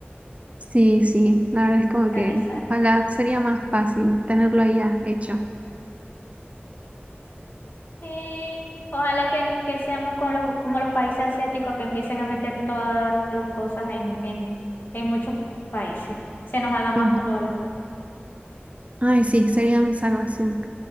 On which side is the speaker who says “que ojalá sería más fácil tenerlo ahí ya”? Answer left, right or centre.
Right